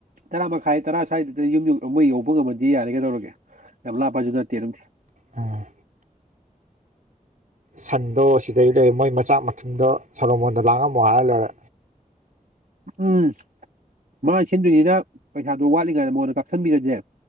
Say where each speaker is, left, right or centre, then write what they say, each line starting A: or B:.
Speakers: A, on the right; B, on the right.
A: ꯇꯔꯥꯃꯈꯥꯏ ꯇꯔꯥ ꯁ꯭ꯋꯥꯏꯗꯨꯗ ꯌꯨꯝ ꯌ ꯃꯣꯏ ꯌꯧꯕ ꯉꯝꯃꯗꯤ ꯌꯥꯔꯦ ꯀꯩꯗꯧꯔꯒꯦ ꯌꯥꯝ ꯂꯥꯞꯄꯁꯨ ꯅꯠꯇꯦ ꯑꯗꯨꯝ
B: ꯎꯝ ꯁꯟꯗꯣ ꯁꯤꯗꯩ ꯂꯩ ꯃꯣꯏ ꯃꯆꯥꯛ ꯃꯊꯨꯝꯗꯣ ꯁꯣꯂꯣꯃꯣꯟꯗ ꯂꯥꯡꯉꯝꯃꯣ ꯍꯥꯏꯔ ꯂꯣꯏꯔꯦ
A: ꯎꯝ ꯃꯥꯅ ꯁꯤꯟꯗꯣꯏꯅꯤꯅ ꯄꯩꯁꯥꯗꯣ ꯋꯥꯠꯂꯤꯉꯩꯏꯗ ꯃꯉꯣꯟꯗ ꯀꯥꯞꯁꯤꯟꯕꯤꯔꯁꯦ